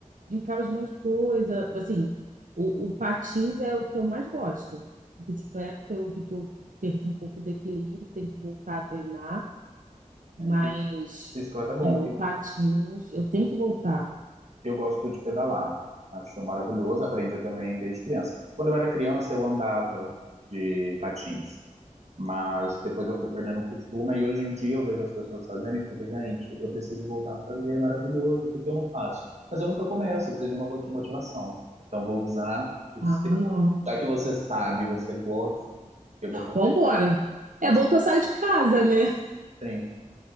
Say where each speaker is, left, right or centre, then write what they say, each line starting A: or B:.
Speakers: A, on the right; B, on the right.
A: Brincava de um monte de coisa. Assim, o, o patins é o que eu mais gosto. Bicicleta, eu vi que eu perdi um pouco do equilíbrio, tenho que voltar a treinar. Mas
B: É, bicicleta é bom.
A: é, o patins, eu tenho que voltar.
B: Eu gosto de pedalar, acho maravilhoso, aprendi também desde criança. Quando eu era criança, eu andava de patins, mas depois eu fui perdendo o costume e hoje em dia eu vejo as pessoas fazendo e fico, gente, eu preciso voltar a fazer, é maravilhoso, porque eu não faço? Mas eu nunca começo, eu preciso de uma vo- motivação. Então vou usar o
A: Ah,
B: seu.
A: não.
B: Já que você sabe, você gosta, eu vou fazer.
A: Vambora. É
B: Vou
A: bom
B: te-
A: que eu saio de casa, né?
B: Sim,